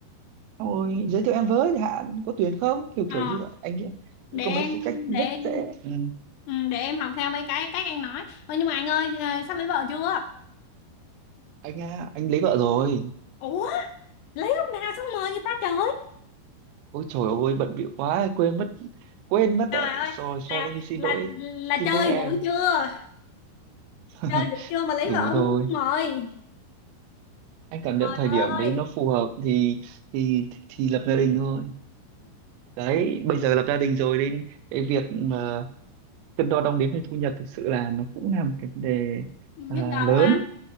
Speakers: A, on the right; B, on the left.
A: Xong rồi giới thiệu em với thì hạn có tuyển không kiểu
B: ờ,
A: kiểu như vậy anh kia
B: để
A: có
B: em
A: mấy số cách rất
B: để em
A: dễ ừ.
B: ừ, để em học theo mấy cái cách anh nói Ơ nhưng mà anh ơi ờ, sắp lấy vợ chưa
A: anh à, anh lấy vợ rồi
B: ủa lấy lúc nào xong mời người ta trời
A: Ôi trời ơi bận bịu quá quên mất quên mất
B: trời
A: đấy
B: ơi
A: rồi sorry
B: là
A: xin
B: là
A: lỗi
B: là
A: xin
B: chơi
A: lỗi em
B: dữ chưa
A: <laughs>
B: chơi dữ chưa mà lấy
A: đủ
B: vợ không
A: rồi
B: mời
A: anh cảm nhận thời
B: Trời
A: điểm
B: ơi,
A: đấy nó phù hợp thì thì thì lập gia đình thôi đấy bây giờ lập gia đình rồi đến cái việc mà cân đo đong đếm về thu nhập thực sự là nó cũng là một cái vấn đề
B: nhức
A: à,
B: đầu
A: lớn
B: ha.